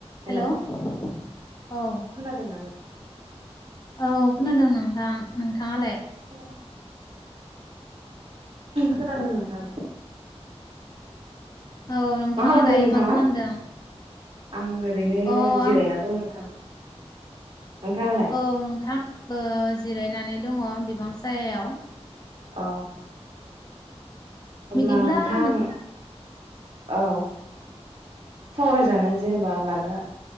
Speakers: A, on the right; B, on the left.
A: हेलौ
B: हेल' औ।
A: खोनादोंना नों
B: औ खोनादों नोंथां नोंथाङालाय?
A: औ। खोनादों नों थां।
B: औ नोंथाङा
A: खालामदों
B: दायो
A: नोंथाङा
B: मा खालामदों?
A: आं ओरैनो
B: अ
A: जिरायना
B: आं
A: दं नोंथां। नोंथाङालाय
B: औ नोंथां ओ जिरायनानै दङ बिफां सायायाव।
A: औ। अब्ला
B: बिदिब्ला
A: नोंथां
B: नों
A: औ। सावरायजानो जेनेबा लानो